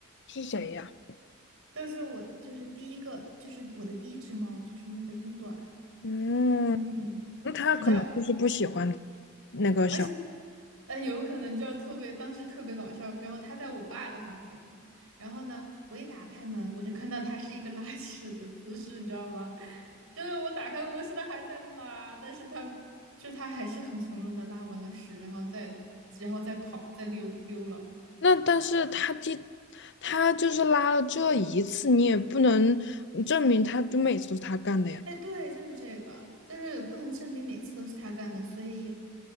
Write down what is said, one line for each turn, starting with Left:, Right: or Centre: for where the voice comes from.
Left: 是谁呀？
Right: 就是我就是第一个，就是我的第一只猫，就是那个英短，
Left: 嗯，
Right: 嗯，
Left: 那它可能就是不喜欢
Right: 你知道，
Left: 那个小。
Right: 而且呃，有可能就特别，当时特别搞笑。然后他在我爸的房间，然后呢，我一打开门，我就看到他是一个拉屎的姿势，你知道吗？<laughs> 就是我打开门的时候，他还在拉，但是他就是他还是很从容的拉完了屎，然后再然后再跑，再溜溜了。
Left: 那但是他第他就是拉了这一次，你也不能嗯证明他就每次都是他干的呀。
Right: 哎，对，就是这个，就是不能证明每次都是他干的，所以，